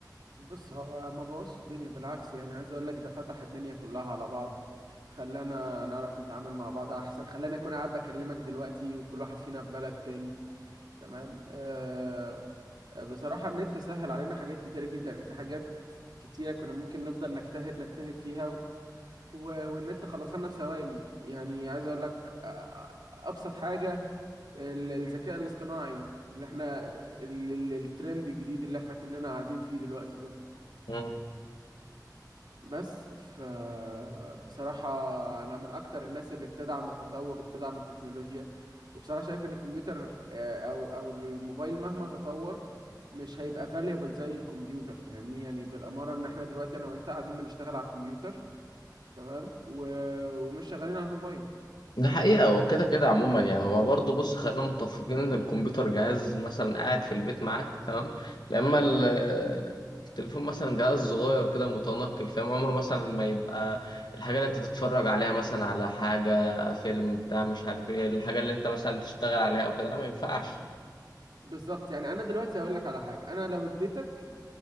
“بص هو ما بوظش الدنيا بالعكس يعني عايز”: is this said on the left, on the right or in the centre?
Right